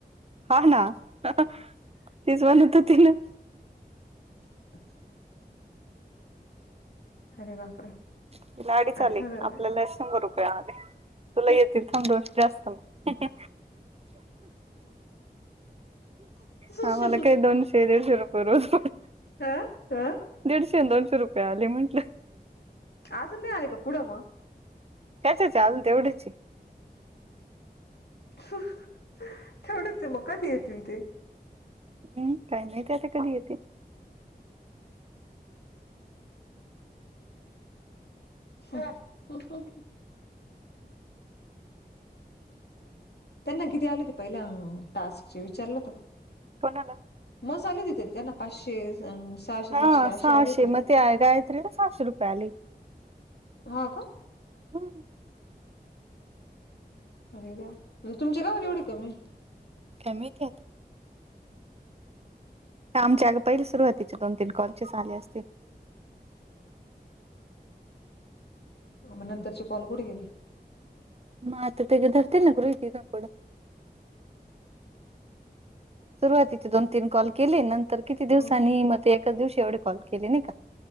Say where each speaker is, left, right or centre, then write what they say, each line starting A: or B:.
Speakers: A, on the right (about 40°); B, on the left (about 85°).
A: हा ना तेच म्हणत तिन
B: ह् <unintelligible> अरे बापरे.
A: त लाडी चाली
B: अडीच हजार
A: आपल्याला शंभर रुपये आले. तुला येतील थंडू जास्त म
B: रुपये
A: हा मला काही दोनशे दीडशे रूप बरोबर
B: अ अ
A: दीडशे दोनशे रुपये आले म्हंटलं.
B: अजून नाही आले का पुढ म
A: ह्याच अजून तेवढेच
B: तेवढच आहे मग कधी येतील ते
A: हम्म काही नाही ते आता कधी येते.
B: ह त्यांना किती आल ते पहिल्या टास्कचे विचारलं होत का?
A: कोणाला?
B: मग झालं की त्यांना पाचशे
A: हा
B: सातशे असे
A: सहाशे
B: आले ते
A: मध्ये गायत्री ना सहाशे रुपयली
B: हा ग
A: हम
B: तुमची का एवढी एवढी कमी
A: का माहिती आता आमच्या चार सुरुवातीच्या दोन-तीन कॉलचे झाले असतील.
B: मग नंतरचे कॉल कुठे गेले?
A: म ते तेग धरते ना ग रोहितथ कड सुरुवातीचे दोन तीन कॉल केले नंतर किती
B: हो
A: दिवसांनी मग एकाच दिवशी एवढे कॉल केले नाही का?